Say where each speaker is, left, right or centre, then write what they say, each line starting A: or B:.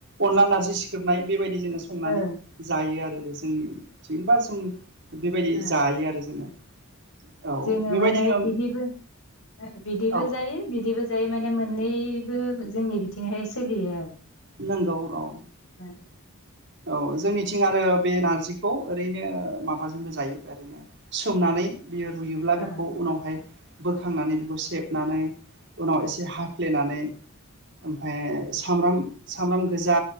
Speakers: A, on the right; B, on the left.
A: अनला नारजि सिखोबनाय बेबायदि जोङो संनानै
B: ओं ओं
A: जायो आरो। बे जोंनथिं बा जों बेबायदि
B: ओं
A: जायो आरो जोङो। औ
B: जोङो
A: बेबायदिनो
B: माने बिदिबो बिदिबो
A: औ
B: जायो बिदिबो जायो माने मोननैबो जोंनि बिथिंहाय सोलियो आरो।
A: नंगौ औ
B: <unintelligible>
A: औ जोंनिथिं आरो बे नारजिखौ ओरैनो माबाजोंबो जायो ओरैनो सोमनानै बियो रुयोब्ला
B: ओ
A: बेखौ उनावहाय बोखांनानै बेखौ सेबनानै उनाव एसे हाफ्लेनानै ओमफ्राय ओ सामब्राम सामब्राम गोजा